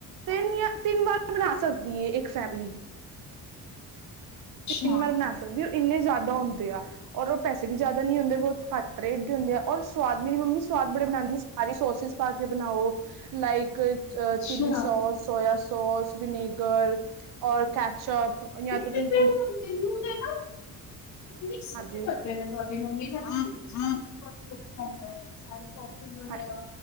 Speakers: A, on the right; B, on the left.
A: ਤਿੰਨ ਜਾਂ ਤਿੰਨ ਵਾਰ ਬਣਾ ਸਕਦੀ ਏ ਇੱਕ ਫੈਮਿਲੀ।
B: ਅੱਛਾ
A: ਤਿੰਨ ਨਾਲ ਬਣਾ ਸਕ ਸਕਦੀ ਉਹ ਇੰਨੇ ਜ਼ਿਆਦਾ ਹੁੰਦੇ ਆ, ਔਰ ਉਹ ਪੈਸੇ ਵੀ ਜ਼ਿਆਦਾ ਨੀ ਹੁੰਦੇ ਬਹੁਤ ਘੱਟ ਰੇਟ ਦੇ ਹੁੰਦੇ ਆ- ਔਰ ਸਵਾਦ ਮੇਰੀ ਮੰਮੀ ਸਵਾਦ ਬੜੇ ਬਣਾਦੀ ਸੀ ਸਾਰੇ ਸੋਸਸ ਪਾ ਕੇ ਬਣਾਓ, ਲਾਈਕ ਅ
B: ਅੱਛਾ
A: ਚਿਲੀ ਸੋਸ, ਸੋਇਆ ਸੋਸ, ਵਿਨੇਗਰ ਔਰ ਕੈਚਅਪ ਯਾ
B: ਨਹੀਂ
A: ਤੇ ਤੁਹੀ
B: ਫਿਰ
A: ਪੇ
B: ਮੈਨੂੰ ਤੇ ਨਾ ਮਿਕਸੀ
A: ਹਾਂਜੀ
B: ਚ ਕਰਦੇ ਨੇ <inaudible> ਮੰਮੀ ਔਖਾ ਹੁੰਦਾ ਐ ਸਾਰੇ ਸੋਸੇਸ ਵਗੈਰਾ
A: ਹਾਂ